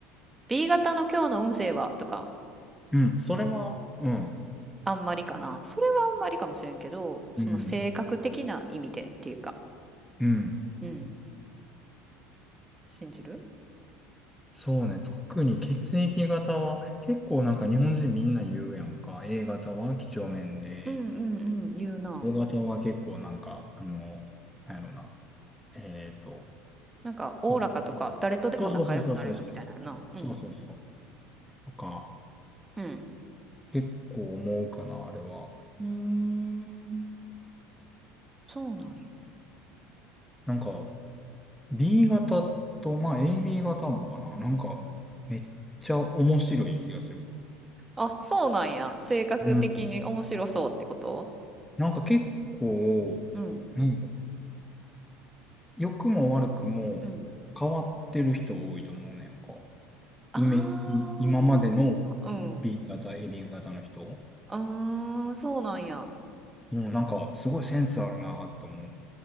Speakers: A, on the right (about 15°); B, in the centre.
A: B 型の今日の運勢はとか、
B: うん、それは、うん、
A: あんまりかな。それはあんまりかもしれんけど、その性格的な意味でっていうか、
B: うん、うん。
A: うん。信じる
B: そうね。特に血液型は結構なんか日本人みんな言うやんか。A 型は几帳面で、
A: うんうんうん、言うな。
B: O 型は結構なんか、あの、なんやろな。えっと、
A: なんか、おおらかとか、
B: いい、いい
A: 誰とでも仲良くなれるみたいなやな。
B: そうそうそうそうそう。
A: うん。
B: そうそうそう。とか、
A: うん。
B: 結構思うかな、あれは。
A: うーん、そうなんや。
B: なんか、B 型と、まあ AB 型もかな。
A: うん。
B: なんか、
A: うん
B: めっちゃ面白い気がする。
A: あ、そうなんや。性格的に面白そうってこと
B: うん。なんか結構、
A: うん。
B: なん良くも悪くも変わってる人多いと思うねんか。
A: うん。ああ、
B: イメ、い今までの
A: うん。
B: B
A: う
B: 型、AB 型の人。も
A: ーん、そうなんや。
B: うなんかすごいセンスあるなって思う。